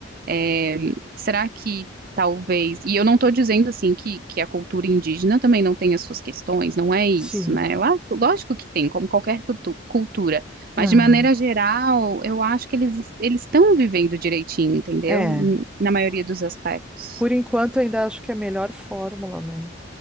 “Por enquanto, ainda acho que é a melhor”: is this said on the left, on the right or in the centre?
Centre